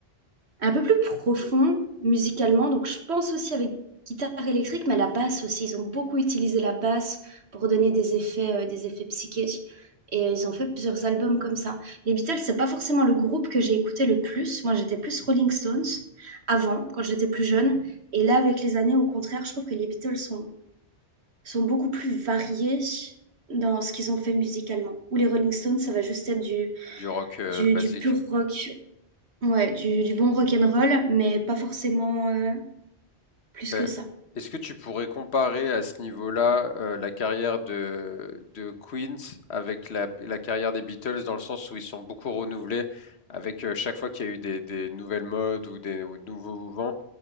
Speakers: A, on the right; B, on the left.
A: un peu plus profond musicalement. Donc, je pense aussi avec guitare électrique, mais la basse aussi. Ils ont beaucoup utilisé la basse pour donner des effets, euh, des effets psychiques. Et euh, ils ont fait plusieurs albums comme ça. Les Beatles, c'est pas forcément le groupe que j'ai écouté le plus. Moi, j'étais plus Rolling Stones avant, quand j'étais plus jeune. Et là, avec les années, au contraire, je trouve que les Beatles sont, sont beaucoup plus variés dans ce qu'ils ont fait musicalement. Ou les Rolling Stones, ça va juste être du,
B: du rock euh,
A: du,
B: basique.
A: du pur rock Ouais, du, du bon rock'n'roll, mais pas forcément euh, plus
B: Ben,
A: que ça.
B: est-ce que tu pourrais comparer à ce niveau-là euh, la carrière de, de Queens avec la, la carrière des Beatles dans le sens où ils sont beaucoup renouvelés avec euh, chaque fois qu'il y a eu des, des nouvelles modes ou des ou de nouveaux mouvements?